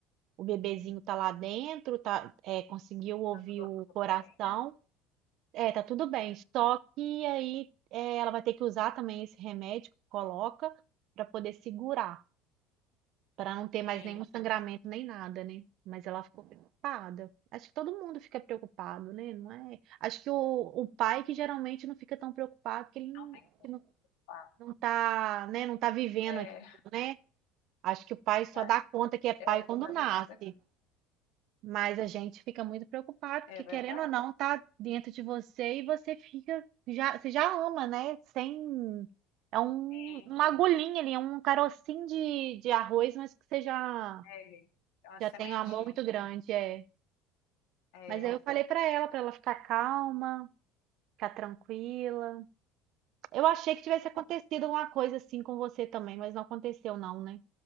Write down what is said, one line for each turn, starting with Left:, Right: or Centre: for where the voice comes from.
Right: o bebezinho tá lá dentro, tá, é, conseguiu ouvir
Left: tá tudo
Right: o coração.
Left: bem, né?
Right: É, tá tudo bem.
Left: Uhum.
Right: Só que aí é, ela vai ter que usar também esse remédio que coloca para poder segurar. para não ter
Left: Sim,
Right: mais nenhum sangramento nem nada, né? Mas ela ficou preocupada. Acho que todo mundo fica preocupado, né? Não é? Acho que o, o pai que geralmente não fica tão preocupado porque ele não,
Left: não tem como.
Right: ele não
Left: culpa.
Right: não tá, né? Não tá vivendo
Left: É,
Right: aquilo, né? Acho que o pai só
Left: tá,
Right: dá conta que é pai
Left: é,
Right: quando
Left: tá
Right: nasce.
Left: vivendo aqui.
Right: Mas a gente fica muito preocupado, porque
Left: É verdade?
Right: querendo ou não, tá dentro de você e você fica, já, você já ama, né? Sem, é um,
Left: Sim,
Right: uma agulhinha ali, é um carocinho de, de arroz, mas que você já
Left: é, é uma
Right: já
Left: sementinha.
Right: tem um amor muito grande, é.
Left: É,
Right: Mas aí
Left: é.
Right: eu falei pra ela, pra ela ficar calma, ficar tranquila. Eu achei que tivesse acontecido alguma coisa assim com você também, mas não aconteceu não, né?